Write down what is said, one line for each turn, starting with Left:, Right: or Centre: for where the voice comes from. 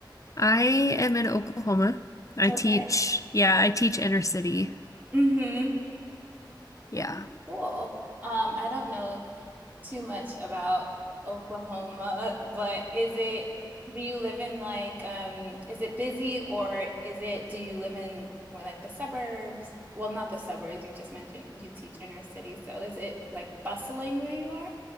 Left: I am in Oklahoma. I
Right: Okay.
Left: teach, yeah, I teach inner city.
Right: Mm-hmm.
Left: Yeah.
Right: Okay,
Left: <clears throat>
Right: cool. Um, I don't know too much about Oklahoma, but is it do you live in like um is it busy or is it do you live in more like the suburbs? Well, not the suburbs, you just mentioned you teach inner city, so is it like bustling where you are?